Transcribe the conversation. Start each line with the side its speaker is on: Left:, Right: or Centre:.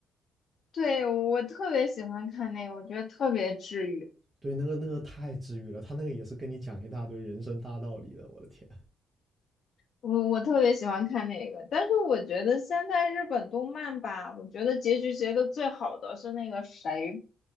Left: 对，我特别喜欢看那个，我觉得特别治愈。
Right: 对，那个那个太治愈了，他那个也是跟你讲一大堆人生大道理的，我的天！
Left: 我我特别喜欢看那个，但是我觉得现在日本动漫吧，我觉得结局结的最好的是那个谁